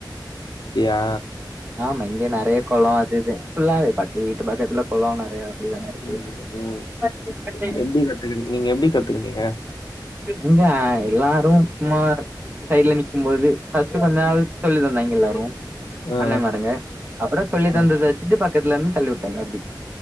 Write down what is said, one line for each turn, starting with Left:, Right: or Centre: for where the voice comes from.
Left: அப்டியா
Right: ஆமா இங்க நறைய குளோ அது இது ஃபுல்லாவே பக் வீட்டு பக்கத்துல குளோ நறைய அப்டிதான இருக்கு
Left: <unintelligible>
Right: <unintelligible>
Left: எப்டி கத்துகுன் நீங்க எப்டி கத்துக்கிட்டீங்க
Right: இங்க எல்லாரு சும்மா சைடுல நிக்கும்போது ஃபஸ்ட்டு கொஞ்ச நாள் சொல்லி தந்தாங்க எல்லாரு
Left: ஆ
Right: அண்ணன்மாருங்க அப்புட சொல்லி
Left: ஆ ஆ
Right: தந்தத வச்சுட்டு பக்கத்துல இருந்து தள்ளி வுட்டாய்ங்க அப்டி